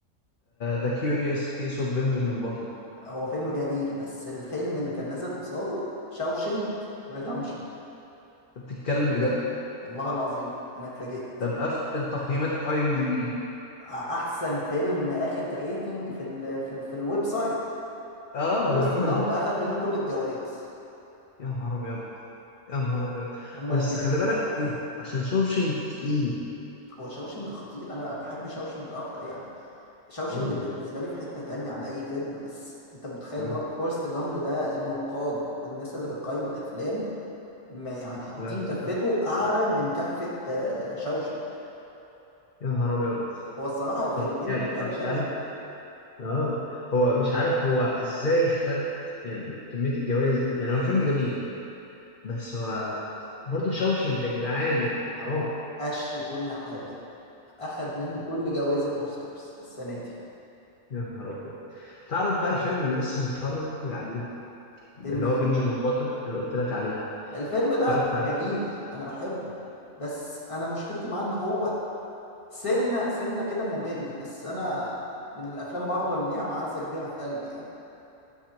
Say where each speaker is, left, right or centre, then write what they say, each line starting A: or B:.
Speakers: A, on the left (about 45°); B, on the left (about 25°).
A: ذا كيوريوس كيس اوف بنجامين باتون
B: هو فيلم جميل بس الفيلم اللي كان نازل قصاده شاوشنك ريدمشن
A: انت بتتكلم بجد
B: والله العظيم انا اتفاجئت
A: ده مقفل تقييمات اي ام دي بي
B: احسن فيلم اخد ريتنج في ال في, ال في الويب سايت
A: اه
B: فورست
A: <laughs>
B: جامب اخد منه كل الجوائز
A: يا نهار ابيض يا نهار ابيض
B: هما
A: بس
B: الفيلم
A: خلي بالك ايه عشان شوشنك تقيل
B: هو شاوشنج خطير انا بحب شاوشنج اكتر يعني شاوشنج
A: اه
B: بالنسبه لي في حته تانية عن اي فيلم بس انت متخيل
A: آه.
B: برضه فورست جامب ده النقاد والناس اللي بتقيم الافلام ما يعني حاطين
A: لا لا،
B: كفته
A: الأفلام-
B: اعلى
A: آه.
B: من كفه آه، شاوشنج
A: يا نهار ابيض
B: هو الصراحة الفيلمين
A: طب يعني
B: تقال
A: انا مش
B: قوي
A: عارف اه هو مش عارف هو ازاي خد يعني كمية الجوائز دي يعني هو الفيلم جميل بس هو برضه شوشنك يا جدعان يعني حرام
B: قش كل حاجة أخد منه كل جوائز الأوسكارز السنة دي
A: يا نهار ابيض تعرف بقى الفيلم اللي لسه متفرج عليه اللي
B: فيلم إيه؟
A: هو بنجامين باتن اللي قلت لك عليه
B: الفيلم ده
A: اتفرجت عليه
B: جميل
A: قريب
B: أنا بحبه بس أنا مشكلتي معاه إن هو سنة سنة كده ممل بس أنا من الأفلام برضه اللي ليها معزة كبيرة في قلبي يعني